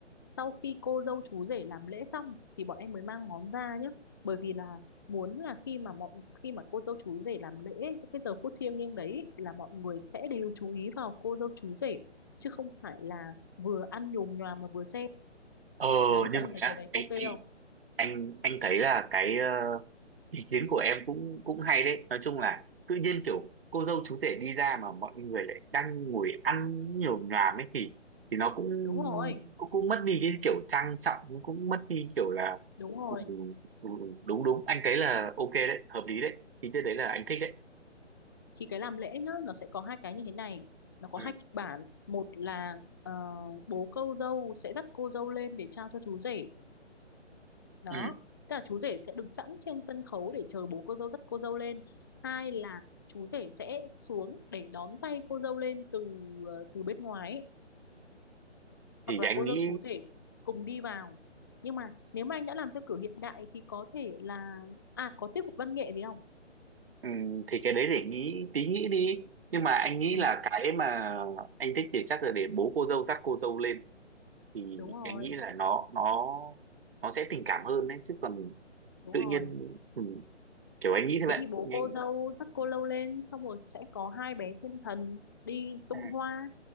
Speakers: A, on the left (about 20°); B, on the right (about 55°).
A: sau khi cô dâu chú rể làm lễ xong thì bọn em mới mang món ra nhé bởi vì là muốn là khi mà mọi khi mà cô dâu chú rể làm lễ ấy, cái giờ phút thiêng liêng đấy ấy, là mọi người sẽ đều chú ý vào cô dâu chú rể chứ không phải là vừa ăn nhồm nhoàm mà vừa xem
B: ờ
A: đấy
B: nhưng
A: thì anh
B: mà
A: thấy
B: nhá
A: cái đấy
B: anh
A: ok
B: anh
A: không
B: anh anh thấy là cái ờ, ý kiến của em cũng cũng hay đấy nói chung là tự nhiên kiểu cô dâu chú rể đi ra mà mọi người lại đang ngồi ăn nhiều nhòm ấy thì thì nó cũng
A: đúng rồi
B: cũng, cũng mất đi cái kiểu trang trọng nó cũng mất đi kiểu là
A: đúng rồi
B: ừ, ừ, ừ, ừ, đúng đúng anh thấy là ok đấy hợp lý đấy ý cái đấy là anh thích đấy
A: thì cái làm lễ nhá nó sẽ có hai cái như thế này nó có
B: ừ.
A: hai kịch bản một là ờ, bố cô dâu sẽ dắt cô dâu lên để trao cho chú rể đó
B: Ừ.
A: tức là chú rể sẽ đứng sẵn trên sân khấu để chờ bố cô dâu dắt cô dâu lên hai là chú rể sẽ xuống để đón tay cô dâu lên từ ờ, từ bên ngoài ấy,
B: thì
A: hoặc là
B: anh
A: cô
B: nghĩ
A: dâu chú rể cùng đi vào nhưng mà nếu mà anh đã làm theo kiểu hiện đại thì có thể là à có tiết mục văn nghệ gì không
B: ừ, thì cái đấy để nghĩ tí nghĩ đi nhưng mà anh nghĩ
A: ừ
B: là cái mà anh thích thì chắc là để bố cô dâu dắt cô dâu lên thì
A: đúng rồi
B: em nghĩ là nó nó nó sẽ tình cảm hơn đấy chứ còn
A: đúng
B: tự
A: rồi
B: nhiên ừ, kiểu anh nghĩ thế vậy
A: thế thì bố
B: nhanh
A: cô dâu dắt cô lâu lên xong rồi sẽ có hai bé thiên thần đi tung
B: à,
A: hoa